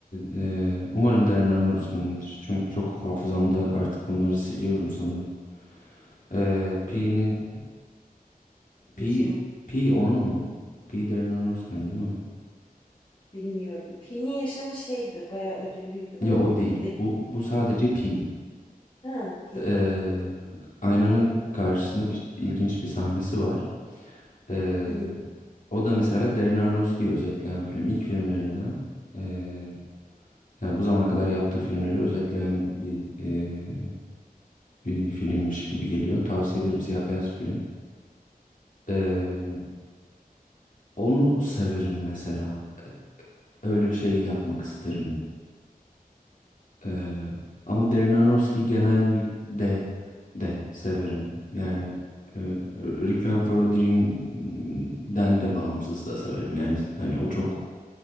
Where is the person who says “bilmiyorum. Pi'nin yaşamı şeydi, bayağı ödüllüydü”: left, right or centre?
Left